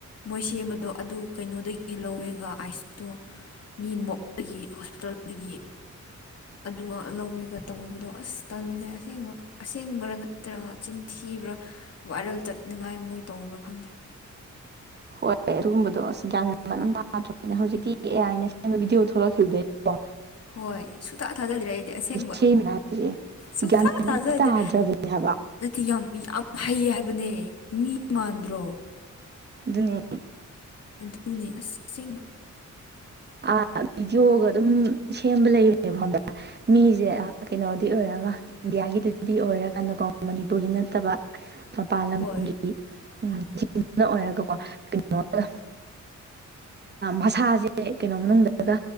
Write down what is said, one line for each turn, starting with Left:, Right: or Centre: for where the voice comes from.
Left: ꯃꯣꯏ ꯁꯦꯝꯕꯗꯣ ꯑꯗꯨ ꯀꯩꯅꯣꯗꯒꯤ ꯂꯧꯋꯦꯒ ꯑꯥꯏꯁꯇꯣ ꯃꯤ ꯃꯣꯞꯇꯒꯤ ꯍꯣꯁꯄꯤꯇꯥꯜꯗꯒꯤ ꯑꯗꯨꯃꯛ ꯂꯧꯋꯦꯒ ꯇꯧꯕꯗꯣ ꯑꯁ ꯇꯜꯂꯦ ꯑꯁꯦꯡꯕ ꯑꯁꯦꯡꯕ꯭ꯔꯥ ꯅꯠꯇ꯭ꯔꯒ ꯆꯤꯟꯊꯤꯕ꯭ꯔꯥ ꯋꯥꯏꯔꯦꯜ ꯆꯠꯅꯤꯉꯥꯏ ꯃꯣꯏ ꯇꯧꯕ꯭ꯔꯥ ꯈꯪꯗꯦ
Right: ꯍꯣꯏ ꯑꯗꯨꯒꯨꯝꯕꯗꯣ ꯑꯁ ꯒ꯭ꯌꯥꯟꯦꯟ ꯃꯦꯟ ꯑꯗꯨ ꯇꯥꯗ꯭ꯔꯕꯅꯤꯅ ꯍꯧꯖꯤꯛꯇꯤ ꯑꯦ ꯑꯥꯏꯅ ꯁꯦꯝꯕ ꯕꯤꯗꯤꯑꯣ ꯊꯣꯛꯂꯛꯈꯤꯕꯗꯒꯤꯩ ꯋꯥ
Left: ꯍꯣꯏ ꯁꯨꯡꯇꯥ ꯊꯥꯗꯗ꯭ꯔꯦ ꯑꯩꯗꯤ ꯑꯁꯦꯡꯕ
Right: ꯁꯦꯝꯃꯤꯔꯥ ꯍꯥꯏꯁꯦ
Left: ꯁꯨꯡꯛꯊꯥ
Right: ꯒ꯭ꯌꯥꯟ ꯃꯦꯟ
Left: ꯊꯥꯖꯥꯗꯦ
Right: ꯑꯝꯇ ꯇꯥꯗ꯭ꯔꯕꯅꯦ ꯍꯥꯏꯕ
Left: ꯤ ꯌꯥꯝ ꯌꯥꯝ ꯍꯩ ꯍꯥꯏꯕꯅꯦ ꯃꯤ ꯃꯥꯟꯗ꯭ꯔꯣ
Right: ꯅꯌꯥ
Left: ꯑꯗꯨꯅꯦ ꯑꯁꯦꯡꯕ
Right: ꯑ ꯚꯤꯗꯤꯑꯣꯒ ꯑꯗꯨꯝ ꯁꯦꯝꯕ ꯂꯩꯕꯅꯦꯕ ꯈꯪꯕ꯭ꯔꯥ ꯃꯤꯁꯦ ꯀꯩꯅꯣꯗꯤ ꯑꯣꯏꯔꯒ ꯏꯟꯗꯤꯌꯥꯒꯤꯗꯨꯗꯤ ꯑꯣꯏꯔꯀꯥꯟꯗꯀꯣ ꯃꯅꯤꯄꯨꯔꯒꯤ ꯅꯠꯇꯕ ꯃꯄꯥꯟ ꯂꯝꯒꯤꯗꯤ
Left: ꯍꯣꯏ
Right: ꯎꯤꯡꯅ ꯑꯣꯏꯔꯒꯀꯣ ꯀꯩꯅꯣꯒ ꯃꯁꯥꯁꯦ ꯀꯩꯅꯣ ꯃꯅꯨꯡꯗꯒ